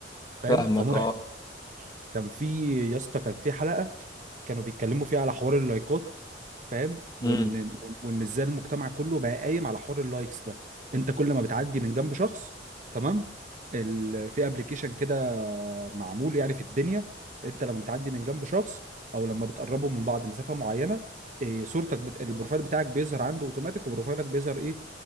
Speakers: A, on the right; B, on the left.
A: فاهم
B: فاهمك
A: فمرعب
B: اه
A: كان في يا اسطى كان في حلقه كانوا بيتكلموا فيه على حوار اللايكات فاهم وان
B: امم
A: وان وإن ازاي المجتمع كله بقى قايم على حوار اللايكس ده انت كل ما بتعدي من جنب شخص تمام ال... في ابلكيشن كده معمول يعني في الدنيا انت لما بتعدي من جنب شخص او لما بتقربوا من بعض مسافة معينة إيه صورتك بت... البروفايل بتاعك بيظهر عنده اوتوماتيك وبروفايلك بيظهر ايه